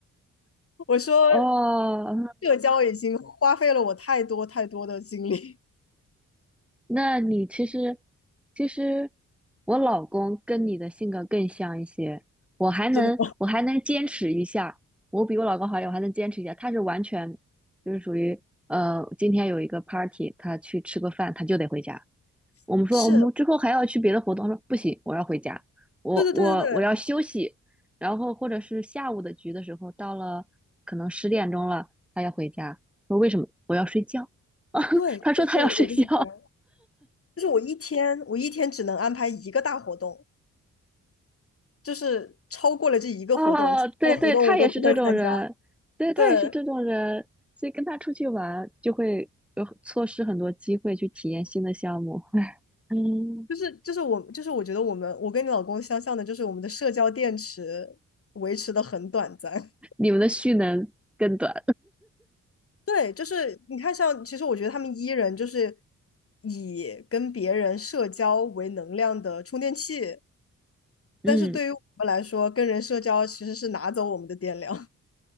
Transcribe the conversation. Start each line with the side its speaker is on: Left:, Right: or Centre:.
Left: <laughs> 我说
Centre: 哦，
Left: 社交已经花费了我太多太多的精力，
Centre: 那你其实，其实我老公跟你的性格更像一些，我还能我还能坚持一下，
Left: 真的
Centre: 我比我老公好一点，我还能坚持一下。他是完全就是属于呃，今天有一个 party，他去吃个饭，他就得回家。
Left: <laughs>
Centre: 我们说我们之后还要去别的活动，
Left: 是，
Centre: 他说不行，我要回家，我我我要休息。
Left: 对对对对对。
Centre: 然后或者是下午的局的时候，到了可能十点钟了，他要回家，说为什么？我要睡觉。<laughs>
Left: 对对对，
Centre: 他说他要睡觉。
Left: 我跟你讲，就是我一天我一天只能安排一个大活动，就是超过了这一个活动，
Centre: 哦，
Left: 其他的活动我都不会参加。
Centre: 对对，他也是这种人，对他也是这种人，
Left: 对，
Centre: 所以跟他出去玩就会有错失很多机会去体验新的项目。<laughs> 嗯，
Left: 就是就是我就是我觉得我们我跟你老公相像的，就是我们的社交电池维持的很短暂。
Centre: 你们的蓄能更短，
Left: <laughs> 对，就是你看像，其实我觉得他们 E 人就是以跟别人社交为能量的充电器，
Centre: <laughs> 嗯，
Left: 但是对于我们来说，跟人社交其实是拿走我们的电量。